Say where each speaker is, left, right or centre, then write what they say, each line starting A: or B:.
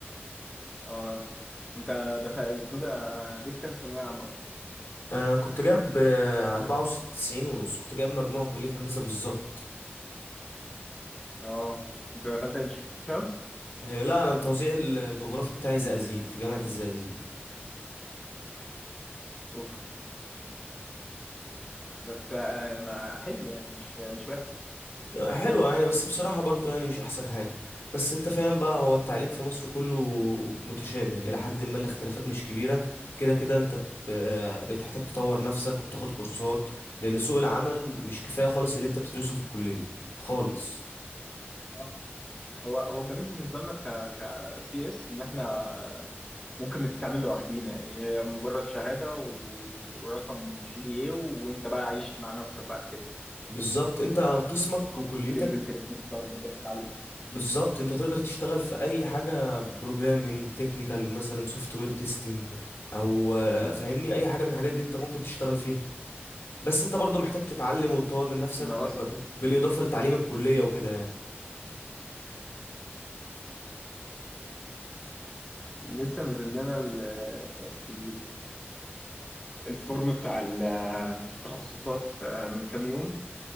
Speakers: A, on the left (about 15°); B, on the left (about 80°).
A: آه، أنت دخل اسمه ده جبت كام في ثانوية عامة أصلا؟
B: انا كنت جايب آه، أربعة وتسعين ونص كنت جايب مجموع كلية هندسة بالظبط
A: اه انت دخلت عين شمس
B: آه، لا انا التوزيع الجغرافي بتاعي زقازيق في جامعة الزقازيق
A: اوف بس آه، ما حلو يعني مش مش وحش
B: حلوة يعني بس بصراحة برضو يعني مش أحسن حاجة بس أنت فاهم بقى هو التعليم في مصر كله متشابه إلى حد ما الاختلافات مش كبيرة كده كده أنت ب- آه، بتحتاج تطور نفسك وبتاخد كورسات لأن سوق العمل مش كفاية خالص اللي أنت بتدرسه في الكلية خالص
A: آه، هو هو الجميل بالنسبه لنا في ك ك سي اس ان احنا ممكن نتعامل لوحدينا يعني هي مجرد شهاده و- ورقم جي بي اي وانت بقى عايش مع نفسك بعد كده
B: بالظبط أنت قسمك وكليتك
A: تنزل تريننج بقى وتبدا تتعلم
B: بالظبط أنت تقدر تشتغل في أي حاجة بروجرامينج تكنيكال مثلا سوفت وير تيستنج أو آه، فاهمني أي حاجة من الحاجات
A: مم.
B: دي أنت ممكن تشتغل فيها بس انت برضو محتاج تتعلم وتطور من نفسك
A: انا اصلا
B: ب- بالاضافه لتعليم الكليه وكده يعني
A: لسه نازل لنا ال- ال- الفورم بتاع ال- التخصصات آه، من كام يوم